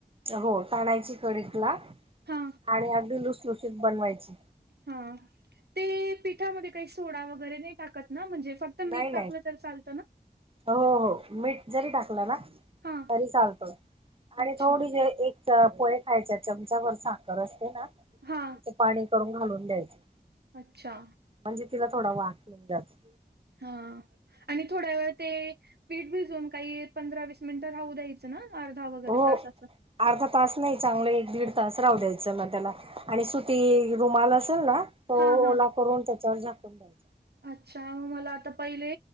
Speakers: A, on the right (about 35°); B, on the right (about 80°).
A: हो ताणायची थोडी तिला
B: हा
A: आणि अगदी लुसलुशीत बनवायची.
B: हा ते पिठामध्ये काही सोडा वगैरे नाही टाकत ना म्हणजे फक्त मीठ
A: नाही
B: टाकलं
A: नाही
B: तर चालतं ना?
A: हो हो मीठ जरी टाकलं ना
B: हा
A: तरी चालतो आणि
B: अच्छा
A: थोडी ज एक पोहे खायच्या चमचावरर साखर असते ना त्याचे
B: हा
A: पाणी करून घालून द्यायचे.
B: अच्छा.
A: म्हणजे तिला थोडा वाक मिळ जातो.
B: हा आणि थोड्या वेळ ते पीठ भिजून काही पंधरा वीस मिनिटं राहू द्यायच. अर्धा वगैरे
A: हो.
B: तसाच
A: अर्धा तास नाही चांगलं एक दीड तास राहू द्यायचं मग त्याला आणि सुती रुमाला असेल ना तो
B: हा हा
A: ओला करून त्याच्यावर झाकून द्यायच
B: अच्छा मला आता पहिले